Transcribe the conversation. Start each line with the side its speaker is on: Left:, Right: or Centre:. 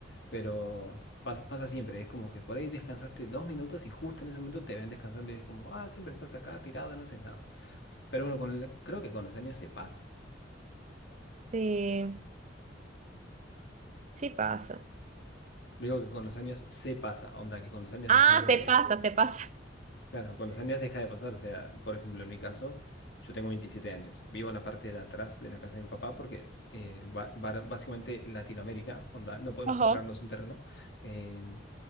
Left: Pero pas- pasa siempre, es como que por ahí descansaste dos minutos y justo en ese momento te ven descansando y es como, ah, siempre estás acá tirado, no haces nada. Pero bueno, con el- creo que con los años se pasa.
Right: Sí, sí pasa.
Left: Digo que con los años se pasa, onda, que con los años
Right: Ah,
Left: dejas de...
Right: se pasa, se pasa.
Left: Claro, con los años deja de pasar, o sea, por ejemplo, en mi caso, yo tengo 27 años, vivo en la parte de atrás de la casa de mi papá porque eh, ba- ba- básicamente Latinoamérica, onda, no podemos
Right: Ajá.
Left: comprarnos un terreno. eh,